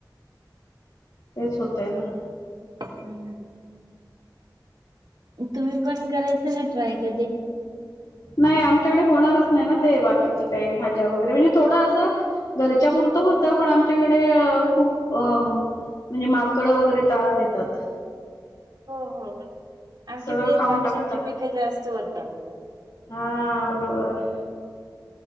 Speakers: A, on the left; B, on the right.
A: तेच होतंय ना.
B: हम्म, हम्. तुम्ही पण करायचं ना ट्राय कधी.
A: नाही आमच्याकडे होणारच. नाही ना, ते बाकीचं काही भाज्या वगैरे म्हणजे थोडं असं. घरच्या पुुरतं होतं, पण आमच्याकडे खूप अ म्हणजे माकडं वगैरे त्रास देतात.
B: हो, हो आमच्याकडे
A: सगळं खाऊन
B: द्राक्षांचे
A: टाकतात
B: पिक जास्त होतात.
A: हा, बरोबर.